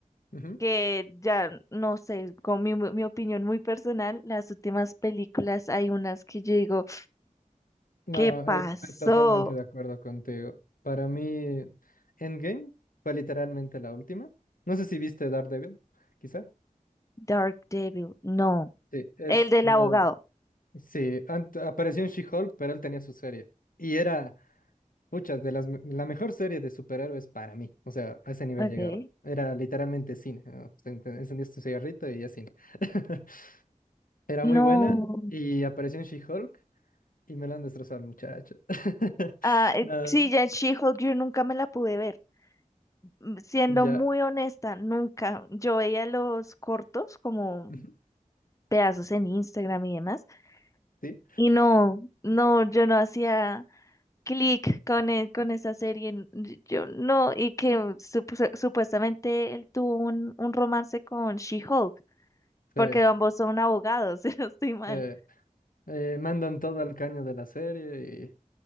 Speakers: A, on the left (about 80°); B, on the left (about 20°).
A: ujú.
B: que ya, no sé, con mi, mi opinión muy personal, las últimas películas hay unas que yo digo,
A: No,
B: ¿qué pasó?
A: eh, estoy totalmente de acuerdo contigo. Para mí, Endgame fue literalmente la última. No sé si viste Daredevil, quizá.
B: Dark Devil, no,
A: Sí, es
B: el del
A: la-
B: abogado,
A: sí, ant- apareció en She-Hulk, pero él tenía su serie. Y era, pucha, de las, me- la mejor serie de superhéroes para mí. O sea, a ese nivel
B: ok,
A: llegaba. Era literalmente cine. ¿no? Te- te Encendías tu cigarrito y ya cine. <laughs> Era
B: no,
A: muy buena y apareció en She-Hulk y me la han destrozado al muchacho. <laughs>
B: ah, eh,
A: No,
B: sí, ya en She-Hulk yo nunca me la pude ver, Mm, siendo
A: ya.
B: muy honesta, nunca, yo veía los cortos como
A: <laughs>
B: pedazos en Instagram y demás,
A: ¿Sí?
B: y no, no, yo no hacía clic con, e- con esa serie. n- Yo no, y que supu- supuestamente él tuvo un, un romance con She-Hulk, porque
A: Sí,
B: ambos son abogados, <laughs> si no estoy mal.
A: sí. Eh, mandan todo al caño de la serie y...